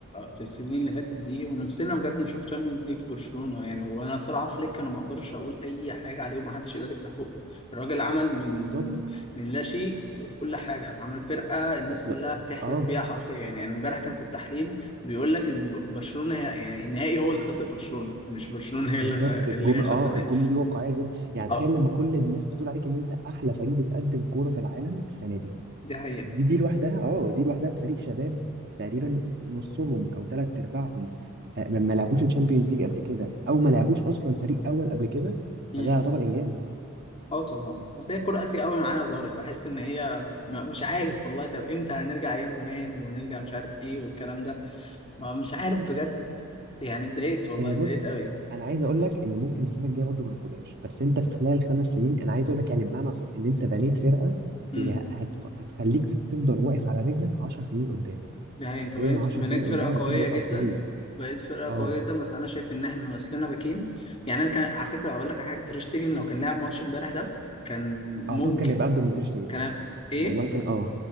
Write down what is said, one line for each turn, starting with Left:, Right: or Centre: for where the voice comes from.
Left: في السنين اللي فاتت دي ونفسنا بجد نشوف تشامبيونز ليج في برشلونة يعني وانا صراحة فليك انا ما اقدرش اقول اي حاجة عليه ومحدش يقدر يفتح بقه الراجل عمل من
Right: بالظبط
Left: من لا شيء كل حاجة عمل فرقة الناس
Right: بالظبط
Left: كلها بتحلف
Right: اه
Left: بيها حرفيا يعني امبارح كان في التحليل بيقول لك ان ب- برشلونة هي يعني النهائي هو اللي خسر برشلونة مش برشلونة
Right: بالظبط
Left: هي اللي
Right: الجمله
Left: اللي هي خسرت
Right: اه
Left: النهائي
Right: الجمله دي واقعيه جدا يعني
Left: اه
Right: تخيل لما كل الناس بتقول عليك ان انت احلى فريق بتقدم كوره في العالم السنه دي
Left: دي حقيقة
Right: دي دي لوحدها اه دي لوحدها بفريق شباب تقريبا نصهم او ثلاث ارباعهم آه، ما ما لعبوش الشامبيونز ليج قبل كده او ما لعبوش اصلا فريق اول قبل كده
Left: مم.
Right: فده يعتبر انجاز
Left: اه طبعا بس هي كرة قاسية قوي معانا يا طارق بحس ان هي م- مش عارف والله طب امتى هنرجع ايام زمان ونرجع مش عارف ايه والكلام ده ما مش عارف بجد يعني اتضايقت والله
Right: هي
Left: اتضايقت
Right: بص
Left: قوي
Right: انا عايز اقول لك ان ممكن السنه الجايه برضه ما ناخدهاش بس انت في خلال خمس سنين انا عايز اقول لك يعني بمعنى صح ان انت بنيت فرقه
Left: امم
Right: هي هت... هتخليك تفضل واقف على رجلك 10 سنين قدام
Left: ده هي
Right: حرفيا
Left: انت بنيت
Right: 10
Left: بنيت
Right: سنين
Left: فرقه
Right: قدام هتفضل
Left: قويه جدا
Right: اه كويس
Left: بقيت فرقه
Right: اه
Left: قويه جدا بس انا شايف ان احنا ناقصنا باكين يعني انا كان على فكره هقول لك على حاجه تريشتيجن لو كان لعب ماتش امبارح ده كان ممكن
Right: اعتقد كان هيبقى افضل من تير شتيجن
Left: كان ايه
Right: والله كان اه